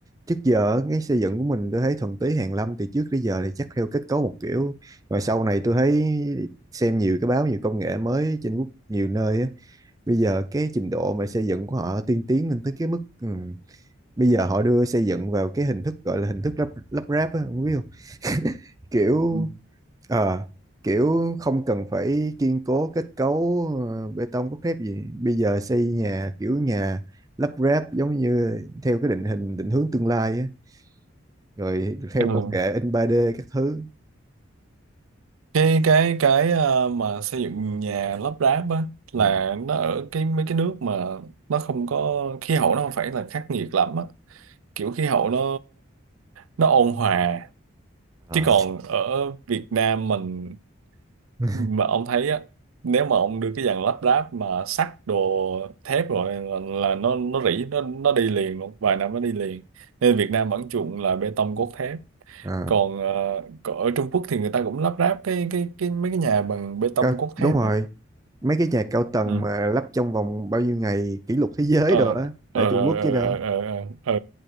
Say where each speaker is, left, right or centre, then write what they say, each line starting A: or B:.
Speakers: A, on the right (about 15°); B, on the right (about 85°).
A: trước giờ cái xây dựng của mình tôi thấy thuần túy hàn lâm từ trước tới giờ thì chắc theo kết cấu một kiểu mà sau này tôi thấy xem nhiều cái báo nhiều công nghệ mới trên quốc nhiều nơi á bây giờ cái trình độ mà xây dựng của họ tiên tiến lên tới cái mức ừ, bây giờ họ đưa xây dựng vào cái hình thức gọi là hình thức lắp lắp ráp á không biết không kiểu
B: ừ.
A: Ờ, kiểu không cần phải kiên cố kết cấu ờ, bê tông cốt thép gì. Bây giờ xây nhà kiểu nhà lắp ráp giống như theo cái định hình định hướng tương lai á, rồi theo
B: Ừ.
A: công nghệ in 3D các thứ.
B: cái cái cái ờ, mà xây dựng nhà lắp ráp á là
A: Ừ.
B: nó ở cái mấy cái nước mà nó không có khí hậu nó không phải là khắc nghiệt lắm á kiểu khí hậu nó nó ôn hòa
A: Ờ.
B: chứ còn ở Việt Nam mình
A: <laughs>
B: mà ông thấy á nếu mà ông đưa cái dàn lắp ráp mà sắt đồ thép rồi là, là nó nó rỉ nó nó đi liền luôn vài năm nó đi liền nên Việt Nam vẫn chuộng là bê tông cốt thép
A: Ờ,
B: còn, ờ, còn ở Trung Quốc thì người ta cũng lắp ráp cái cái cái mấy cái nhà bằng bê tông
A: có,
B: cốt thép
A: đúng rồi,
B: á
A: mấy cái nhà cao tầng
B: ừ.
A: mà lắp trong vòng bao nhiêu ngày kỷ lục thế giới
B: ờ
A: rồi á,
B: ờ
A: tại
B: ờ
A: Trung Quốc
B: ờ
A: chứ đâu.
B: ờ ờ, ờ. ừ.